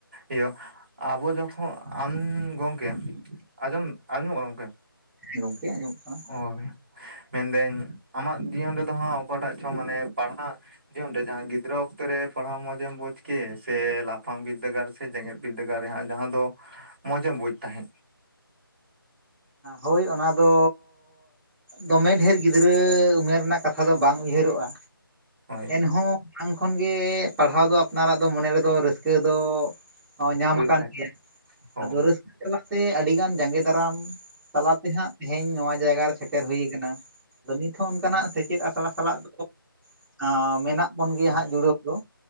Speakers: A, on the right (about 25°); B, in the centre.
A: ᱤᱭᱟᱹ ᱟᱵᱚ ᱡᱚᱠᱷᱚᱱ ᱟᱢ ᱜᱚᱢᱠᱮ ᱟᱸᱡᱚᱢ ᱟᱸᱡᱚᱢ ᱜᱚᱢᱠᱮ
B: ᱜᱚᱢᱠᱮ ᱟᱸᱡᱚᱢᱚᱜ ᱠᱟᱱᱟ
A: ᱦᱳᱭ ᱢᱮᱱᱫᱟᱹᱧ ᱟᱢᱟᱜ ᱡᱤᱭᱚᱱ ᱨᱮᱫᱚ ᱦᱟᱸᱜ ᱚᱠᱟᱴᱟᱜ ᱪᱚᱝ ᱢᱟᱱᱮ ᱯᱟᱲᱦᱟᱜ ᱡᱤᱭᱚᱱ ᱡᱟᱦᱟᱸᱭ ᱜᱤᱫᱽᱨᱟᱹ ᱚᱠᱛᱚ ᱨᱮ ᱯᱟᱲᱦᱟᱣ ᱢᱚᱸᱡᱮᱢ ᱵᱩᱡᱽ ᱠᱮ ᱥᱮ ᱞᱟᱯᱷᱟᱝ ᱵᱤᱫᱽᱫᱟᱹᱜᱟᱲ ᱥᱮ ᱡᱮᱜᱮᱫ ᱵᱤᱫᱽᱫᱟᱹᱜᱟᱲ ᱨᱮᱦ ᱡᱟᱦᱟᱸ ᱫᱚ ᱢᱚᱸᱢ ᱵᱩᱡᱽ ᱛᱟᱦᱮᱸᱫ
B: ᱦᱳᱭ ᱚᱱᱟᱫᱚ ᱫᱚᱢᱮ ᱰᱷᱮᱨ ᱜᱤᱫᱽᱨᱟᱹ ᱩᱢᱮᱨ ᱨᱮᱱᱟᱜ ᱠᱟᱛᱷᱟ ᱫᱚ ᱵᱟᱝ ᱩᱭᱦᱟᱹᱨᱚᱜᱼᱟ
A: ᱦᱳᱭ
B: ᱮᱱᱦᱚᱸ ᱢᱟᱲᱟᱝ ᱠᱷᱚᱱᱜᱮ ᱯᱟᱲᱦᱟᱣ ᱫᱚ ᱟᱯᱱᱟᱨᱟᱜ ᱫᱚ ᱢᱚᱱᱮ ᱨᱮᱫᱚ ᱨᱟᱹᱥᱠᱟᱹ ᱫᱚ ᱚ ᱧᱟᱢᱟ
A: ᱵᱩᱡᱮᱫ
B: ᱟᱠᱟᱱ
A: ᱛᱟᱦᱮᱸᱫ
B: ᱜᱮᱭᱟ ᱟᱫᱚ
A: ᱚ
B: ᱨᱟᱹᱥᱠᱟᱹ ᱛᱟᱞᱟᱛᱮ ᱟᱹᱰᱤᱜᱟᱱ ᱡᱟᱸᱜᱮ ᱫᱟᱨᱟᱢ ᱛᱟᱞᱟᱛᱮᱦᱟᱸᱜ ᱛᱮᱦᱮᱧ ᱱᱚᱣᱟ ᱡᱟᱭᱜᱟ ᱨᱮ ᱥᱮᱴᱮᱨ ᱦᱩᱭᱩ ᱟᱠᱟᱱᱟ ᱟᱫᱚ ᱱᱤᱛᱦ ᱚᱱᱠᱟᱱᱟᱜ ᱥᱮᱪᱮᱫ ᱥᱟᱞ ᱥᱟᱞᱟᱜ ᱫᱚ <unintelligible> ᱢᱮᱱᱟᱜ ᱵᱚᱱ ᱜᱮᱭᱟ
A: ᱦᱳᱭ
B: ᱦᱟᱸᱜ ᱡᱩᱲᱟᱹᱣ ᱫᱚ